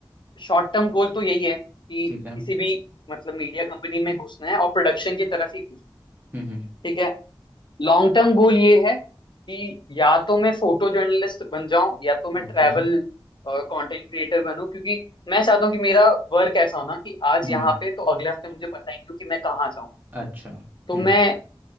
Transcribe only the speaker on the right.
ठीक है हम्म
हम्म
ओके
हम्म
अच्छा हम्म
हम्म।